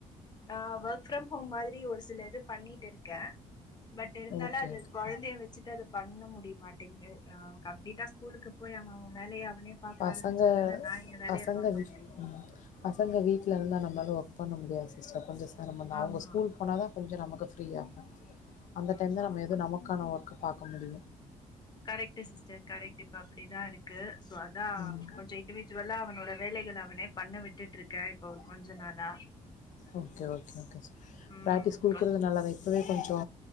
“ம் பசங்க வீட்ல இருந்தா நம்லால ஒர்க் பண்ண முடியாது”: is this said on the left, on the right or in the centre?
Left